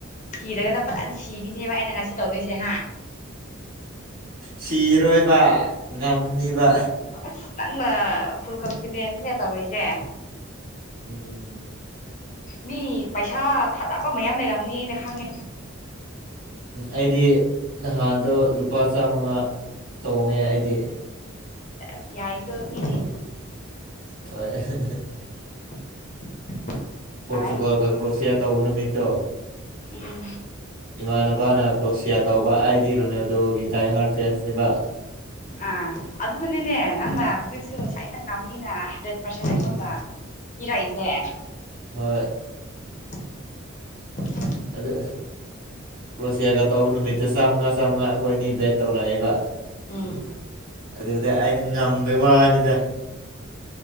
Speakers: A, on the left (about 35°); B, on the right (about 45°).
A: ꯁꯤꯔꯒꯅ ꯐꯖꯅ ꯁꯤꯈꯤꯅꯦꯕ ꯑꯩꯅ ꯉꯁꯤ ꯇꯧꯗꯣꯏꯁꯦ ꯍꯥ
B: ꯁꯤꯔꯣꯏꯕ ꯉꯝꯅꯤꯕ
A: ꯑꯁ ꯅꯪꯅ ꯐꯨꯜ ꯀꯟꯐꯤꯗꯦꯟꯁꯅꯦ ꯇꯧꯔꯤꯁꯦ
B: ꯎꯝ
A: ꯃꯤ ꯄꯩꯁꯥ ꯊꯥꯗꯕ ꯃꯌꯥꯝ ꯂꯩꯔꯝꯅꯤ ꯑꯩꯅ ꯈꯪꯉꯦ
B: ꯑꯩꯗꯤ ꯅꯍꯥꯟꯗꯣ ꯂꯨꯄꯥ ꯆꯥꯃꯉꯥ ꯇꯣꯡꯉꯦ ꯑꯩꯗꯤ
A: ꯁꯦꯁ ꯌꯥꯏꯀ‌ꯣ ꯃꯤꯗꯤ
B: ꯍꯣꯏ
A: <inaudible>
B: ꯄꯣ꯭ꯔꯇꯨꯒꯥꯜꯒ
A: ꯌꯥꯏ
B: ꯀ꯭ꯔꯣꯁꯤꯌꯥ ꯇꯧꯕ ꯅꯨꯃꯤꯠꯇꯣ
A: ꯎꯝ
B: ꯏꯃꯥꯟꯅꯕ ꯕꯥꯅ ꯀ꯭ꯔꯣꯁꯤꯌꯥ ꯇꯧꯕ ꯑꯥꯏ ꯗꯤ ꯔꯣꯅꯦꯜꯗꯣꯒꯤ ꯗꯥꯏ ꯍꯥꯔ ꯐꯦꯟꯁꯅꯤꯕ
A: ꯑꯥ ꯑꯗꯨꯅꯅꯤꯅꯦ ꯅꯪꯅ ꯍꯧꯖꯤꯛꯁꯨ ꯑꯩꯅ ꯉꯝꯅꯤꯅ ꯍꯟꯗ ꯄ꯭ꯔꯁꯟ ꯑꯩ
B: ꯎꯝ
A: ꯉꯣꯟꯗꯥ ꯄꯤꯔꯛꯏꯁꯦ
B: ꯍꯣꯏ
A: <inaudible>
B: ꯑꯗꯨ ꯄ꯭ꯔꯣꯁꯦꯒ ꯇꯧ ꯅꯨꯃꯤꯠꯇ ꯆꯥꯝꯃꯉꯥ ꯆꯥꯝꯃꯉꯥ ꯑꯩꯈꯣꯏ ꯑꯅꯤ ꯕꯦꯠ ꯇꯧꯔꯛꯑꯦꯕ
A: ꯎꯝ
B: ꯑꯗꯨꯗ ꯑꯩꯅ ꯉꯝꯕꯩ ꯋꯥꯅꯤꯗ